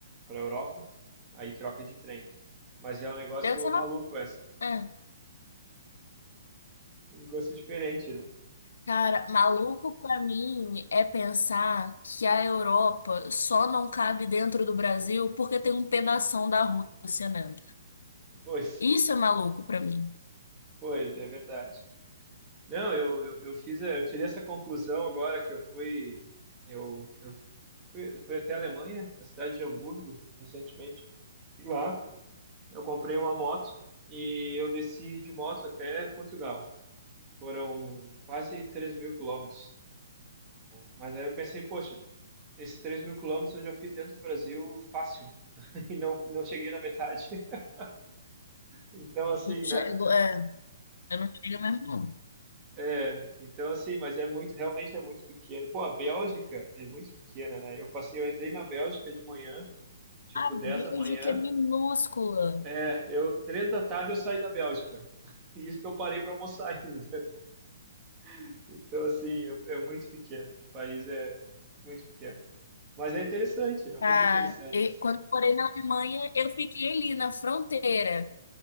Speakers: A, on the right; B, on the left.
A: para a Europa, aí troca de trem. Mas é um negócio
B: Deve ser uma...
A: maluco essa,
B: É.
A: um negócio diferente, né?
B: Cara, maluco pra mim é pensar que a Europa só não cabe dentro do Brasil porque tem um pedação da Rússia, né?
A: Pois,
B: Isso é maluco pra mim.
A: pois, é verdade. Não, eu, eu, eu fiz, a- eu tirei essa conclusão agora que eu fui, eu, eu fui, fui até a Alemanha, na cidade de Hamburgo, recentemente, e lá eu comprei uma moto e eu desci de moto até Portugal. Foram quase 3 mil quilômetros. Mas aí eu pensei, poxa, esses 3 mil quilômetros eu já fiz dentro do Brasil fácil <laughs> e não, não cheguei na metade. <laughs> Então, assim,
B: Não chego-
A: né?
B: é. Eu não chego mesmo, não.
A: É, então assim, mas é muito, realmente é muito pequeno. Pô, a Bélgica é muito pequena, né? Eu passei, eu entrei na Bélgica de manhã, tipo
B: A
A: 10
B: Bélgica
A: da manhã.
B: é minúscula.
A: É, eu, 3 da tarde eu saí da Bélgica. <laughs> E Isso que eu parei para almoçar ainda. <laughs> Então assim, é, é muito pequeno. O país é muito pequeno. Mas é interessante, é
B: Tá?
A: muito interessante
B: E
A: assim.
B: quando eu morei na Alemanha, eu fiquei ali na fronteira